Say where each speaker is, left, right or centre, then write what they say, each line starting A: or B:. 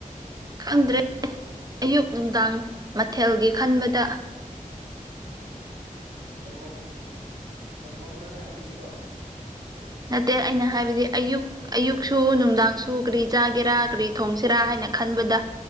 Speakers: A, on the right; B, on the right.
A: ꯈꯪꯗ꯭ꯔꯦ ꯑꯌꯨꯛ ꯅꯨꯡꯗꯥꯡ ꯃꯊꯦꯜꯒꯤ ꯈꯟꯕꯗ
B: ꯎꯝ ꯂꯩꯍꯧ ꯂꯦꯝꯍꯧꯕ꯭ꯔꯥꯅꯦ ꯑꯌꯨꯛꯀꯤꯗꯣ
A: ꯅꯠꯇꯦ ꯑꯩꯅ ꯍꯥꯏꯕꯗꯤ ꯑꯌꯨꯛ ꯑꯌꯨꯛꯁꯨ ꯅꯨꯡꯗꯥꯡꯁꯨ ꯁꯨ ꯀꯔꯤ ꯆꯥꯒꯦꯔꯥ ꯀꯔꯤ ꯊꯣꯡꯁꯤꯔꯥ ꯍꯥꯏꯅ ꯈꯟꯕꯗ